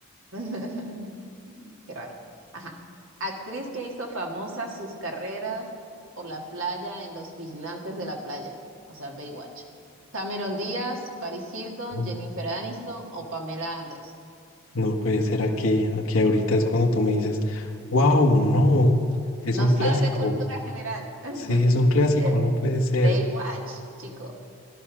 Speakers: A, on the right; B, on the left.
A: <laughs> Qué rabia. Ajá. Actriz que hizo famosas sus carreras por la playa en Los Vigilantes de la Playa, o sea, Baywatch. Cameron Díaz, Paris Hilton,
B: No,
A: Jennifer Aniston o Pamela Anderson.
B: no puede ser aquí. Aquí ahorita es cuando tú me dices, wow, no, es
A: No
B: un
A: sabes
B: clásico.
A: de cultura general. <laughs>
B: Sí, es un clásico,
A: Eh,
B: no puede ser.
A: Baywatch, chico.